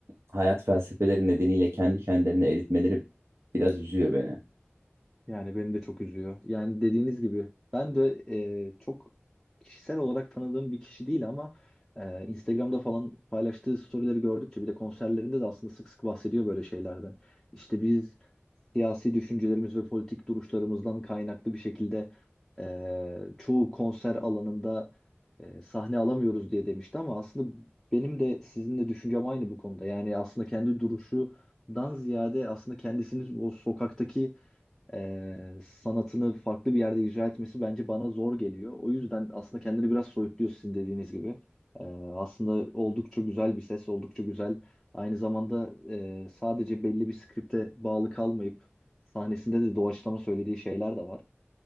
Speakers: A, on the right (about 75°); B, in the centre.
A: hayat felsefeleri nedeniyle kendi kendilerine eritmeleri biraz üzüyor beni.
B: Yani beni de çok üzüyor. Yani dediğiniz gibi ben de e, çok kişisel olarak tanıdığım bir kişi değil ama e, Instagram'da falan paylaştığı storyleri gördükçe bir de konserlerinde de aslında sık sık bahsediyor böyle şeylerden. İşte biz siyasi düşüncelerimiz ve politik duruşlarımızdan kaynaklı bir şekilde e, çoğu konser alanında e, sahne alamıyoruz diye demişti ama aslında benim de sizinle düşüncem aynı bu konuda. Yani aslında kendi duruşu dan ziyade aslında kendisini o sokaktaki e, sanatını farklı bir yerde icra etmesi bence bana zor geliyor. O yüzden aslında kendini biraz soyutluyor sizin dediğiniz gibi. E, aslında oldukça güzel bir ses, oldukça güzel. Aynı zamanda e, sadece belli bir skripte bağlı kalmayıp sahnesinde de doğaçlama söylediği şeyler de var.